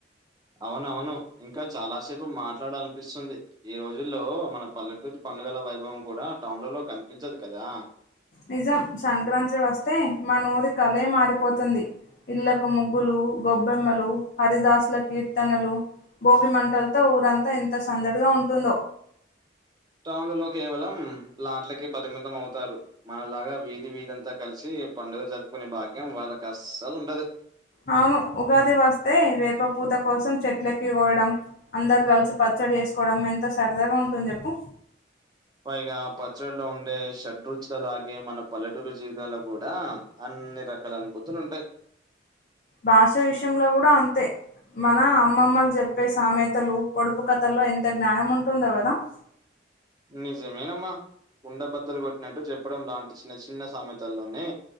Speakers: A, on the right (about 20°); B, on the left (about 45°).
A: అవునవును ఇంకా చాలాసేపు మాట్లాడ అనిపిస్తుంది ఈ రో జుల్లో మన పల్లెటూరి పండగల వైభవం కూడా టౌన్ లలో కనిపించదు కదా
B: నిజం సంక్రాంత్రి వస్తే మనూరి కలే మారిపోతుంది ఇళ్లకు ముగ్గులు గొబ్బెమ్మలు హరిదాసు ల కీర్తనలు భోగి మంటలతో ఊరంతా ౠంత సందడిగా ఉంటుందో
A: టౌన్ డ్లలో కేవలం ప్లాట్లకే పరిమితం అవుతారు మనలాగా వీధి వీధి అంతా కలిసి ఈ పండుగ జరుపుకునే భాగ్యం వాళ్ళకి అస్సల్ ఉండదు
B: అవును ఉగాది వస్తే వేప పూత కోసం చెట్లెక్కికోయడం అందరు కలిసి పచ్చ చ్చడి చేసుకోవడం ఎంత సరదాగా ఉంటుంది చెప్పు
A: పైగా పచ్చడిలో ఉండే షడ్రుచుల లాగే మన పల్లెటూరు జీవితాలో గూడా అ అన్ని రకాల అనుభూతులు ఉంటయ్
B: భాష విషయంలో గూడా అంతే మన అమ్మమ్మలు చెప్పే సామెతలు పొడుపు కథల్లో ఎంత జ్ఞానం ఉంటుందో గదా <inaudible>
A: నిజమేనమ్మా కుండబద్దలు గొట్టినట్టు జెప్పడం లాంటి చిన్న చిన్న సామెతల్లోనే